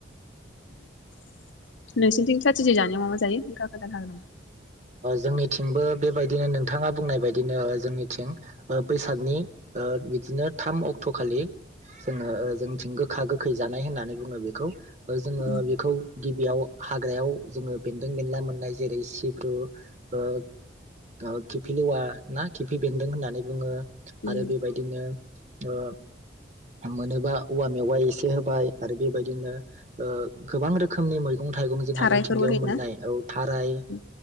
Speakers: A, on the left (about 90°); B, on the right (about 40°).
A: <unintelligible> नोंसिनिथिं साथिजि जानायावा मा मा जायो नोथाङा खोन्थानो हागोन नामा
B: जोंनिथिंबो बेबायदिनो नोंथाङा बुंनाय बायदिनो जोंनिथिं बैसागनि ओ बिदिनो थाम अक्ट'खालि जोङो जोंनिथिं गोखा गोखै जानाय होननानै बुङो बेखौ जोङो
A: उम
B: बेखौ गिबियाव हाग्रायाव जोङो बेन्दों बेनला मोननाय जेरै सिब्रु ओ खिफि लेवा ना खिफि बेनदों होननानै बुङो
A: उम
B: आरो बेबायदिनो ओ मोनोबा औवा मेवाइ एसे होबाय आरो बे बायदिनो ओ गोबां रोखोमनि मै गं थाइगं जोंहा
A: थारायफोरबो
B: मिथिंगायाव
A: होयोना
B: मोननाय औ थाराय
A: उम